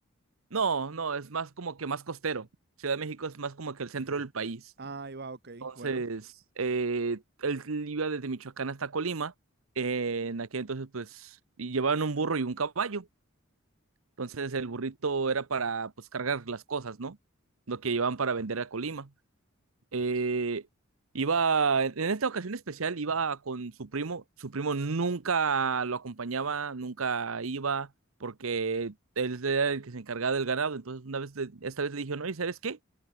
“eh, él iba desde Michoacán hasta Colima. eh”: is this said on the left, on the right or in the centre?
Right